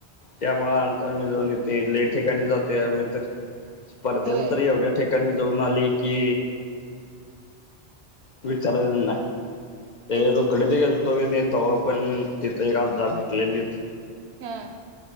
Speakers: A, on the left (about 50°); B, on the right (about 75°).
A: त्यामुळ आमच आम्ही जाऊन येतोय लय ठिकाणी जातोय आम्ही तर. स्पर्धेला
B: होय
A: तर एवढ्या ठिकाणी जाऊन आलय कि विचारायचं नाही ते
B: तेच
A: रुकडीत
B: की
A: गेल तो कणी तेव्हा पण तिथ एक आज्जा भेटलेलीत
B: हा.